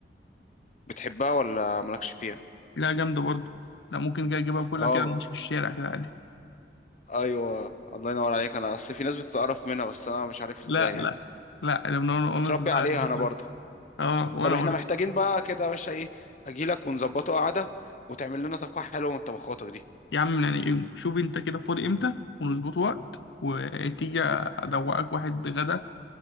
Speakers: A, on the left; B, on the left.
A: بتحبها ولا مالكش فيها
B: لا جامدة برضه لا ممكن كده اجيبها كلها
A: اه
B: كده نمشي في الشارع كده عادي
A: ايوه الله ينور عليك انا اصل في ناس بتتقرف منها بس انا مش عارف
B: لا
A: ازاي يعني
B: لا لا ده من وانا وأنا
A: متربي
B: صغير
A: عليها
B: باكلها
A: انا برضه
B: اه وانا
A: طب احنا
B: برضه
A: محتاجين بقى كده يا باشا ايه اجيلك ونظبطه قعدة وتعمل لنا طبخة حلوة من طبخاتك دي
B: يا عم يعني إيه، شوف انت كده فاضي امتى ونظبط وقت وتيجي ادوقك واحد غدا